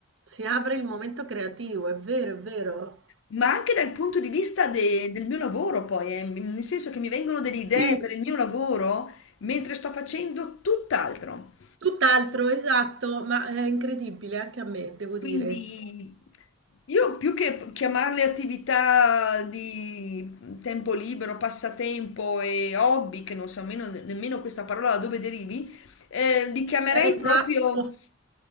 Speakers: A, on the right; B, on the left.
A: Si apre il momento creativo, è vero, è vero.
B: Ma anche dal punto di vista de- del mio lavoro, poi, eh, nel senso che mi vengono delle idee
A: Sì,
B: per il mio lavoro mentre sto facendo tutt'altro.
A: tutt'altro, esatto, ma è incredibile anche a me, devo
B: Quindi
A: dire.
B: io più che chiamarle attività di tempo libero, passatempo e hobby, che non so nemmeno, nemmeno questa parola da dove derivi, eh, li chiamerei
A: Eh,
B: proprio,
A: Esatto,